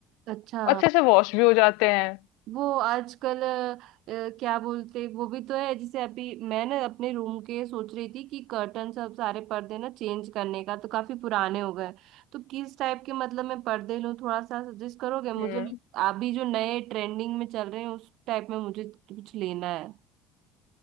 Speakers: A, on the right; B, on the left.
A: अच्छा
B: अच्छे से वॉश भी हो जाते हैं
A: वो आजकल अ, क्या बोलते वो भी तो है जैसे अभी मैं ना अपने रूम के सोच रही थी कि कर्टन सब सारे पर्दे ना चेंज करने का तो काफी पुराने हो गए तो किस टाइप के मतलब मैं पर्दे लूँ थोड़ा सा सजेस्ट करोगे
B: हम्म
A: मुझे अभी जो नए ट्रेंडिंग में चल रहे हैं उस टाइप में मुझे कुछ लेना है